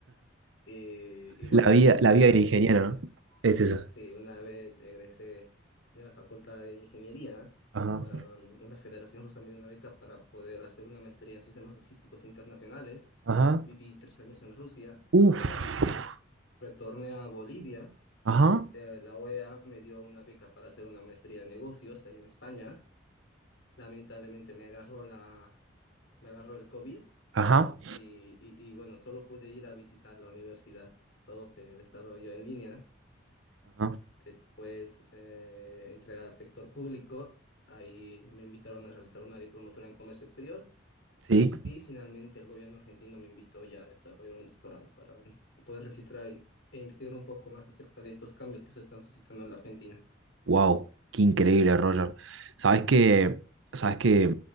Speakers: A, on the left; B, on the right.
A: Eh, y bueno,
B: La vida, la
A: una
B: vida del
A: vez...
B: ingeniero,
A: ah,
B: ¿no? Es eso.
A: Sí, una vez egresé de la Facultad de Ingeniería,
B: Ajá.
A: am, la Federación justo me dio una beca para poder hacer una maestría en sistemas logísticos internacionales.
B: Ajá.
A: Viví tres años en Rusia,
B: Uf.
A: ah, retorné a Bolivia.
B: Ajá.
A: eh, la OEA me dio una beca para hacer una maestría en negocios allá en España. Lamentablemente me agarró la, me agarró el COVID
B: Ajá.
A: y, y y, bueno, solo pude ir a visitar la universidad. Todo se desarrolló en línea.
B: Ajá.
A: Después eh, entré al sector público, ahí me invitaron a realizar una diplomatura en comercio exterior
B: Sí.
A: y finalmente el gobierno argentino me invitó ya a desarrollar un doctorado para poder registrar y- e investigar un poco más acerca de estos cambios que se están suscitando en la Argentina.
B: Wow, qué increíble, Roger. Sabes que, sabes que,